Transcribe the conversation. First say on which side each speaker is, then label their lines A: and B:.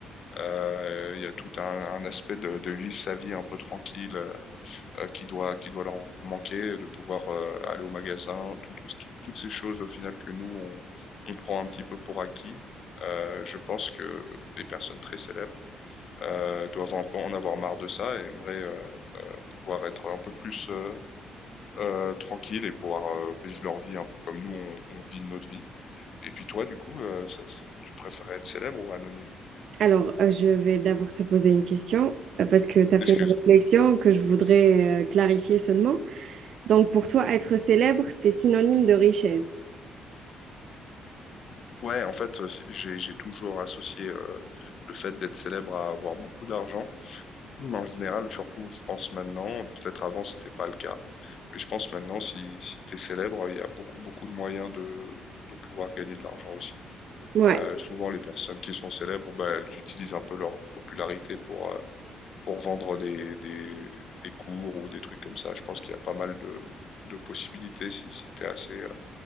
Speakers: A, on the left (about 60°); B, on the right (about 70°).
A: euh, Il y a tout un, un aspect de, de vivre sa vie un peu tranquille euh, qui doit qui doit leur manquer, de pouvoir euh, aller au magasin, tout- tout- tout- toutes ces choses au final que nous on, on prend un petit peu pour acquis. Euh, je pense que les personnes très célèbres euh, doivent un peu en avoir marre de ça et aimeraient euh, pouvoir être un peu plus euh, euh, tranquilles et pouvoir euh, vivre leur vie un peu comme nous on, on vit notre vie. Et puis toi, du coup, euh, ça- tu préférais être célèbre ou anonyme?
B: Alors, euh, je vais d'abord te poser une question euh, parce que tu as fait
A: Excuse.
B: une réflexion que je voudrais euh, clarifier seulement. Donc, pour toi, être célèbre, c'est synonyme de richesse.
A: Ouais, en fait, euh, c'est- j'ai j'ai toujours associé euh, le fait d'être célèbre à avoir beaucoup d'argent. Mm. En général, surtout, je pense maintenant, peut-être avant, c'était pas le cas, mais je pense maintenant, si, si tu es célèbre, il y a beaucoup, beaucoup de moyens de, de pouvoir gagner de l'argent aussi.
B: Ouais.
A: Euh, souvent, les personnes qui sont célèbres, bah, elles utilisent un peu leur popularité pour, euh, pour vendre des, des, des cours ou des trucs comme ça. Je pense qu'il y a pas mal de, de possibilités si, si tu es assez euh,